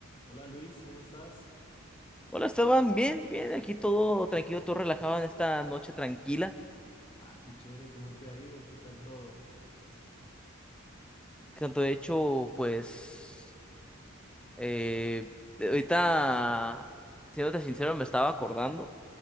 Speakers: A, on the left; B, in the centre.
A: Hola Luis, ¿cómo estás?
B: Hola Esteban, bien, bien, aquí todo tranquilo, todo relajado en esta noche tranquila.
A: Ah, qué chévere, ¿cómo te ha ido? ¿Qué tal todo?
B: Tanto de hecho, pues, eh, de- ahorita, siéndote sincero, me estaba acordando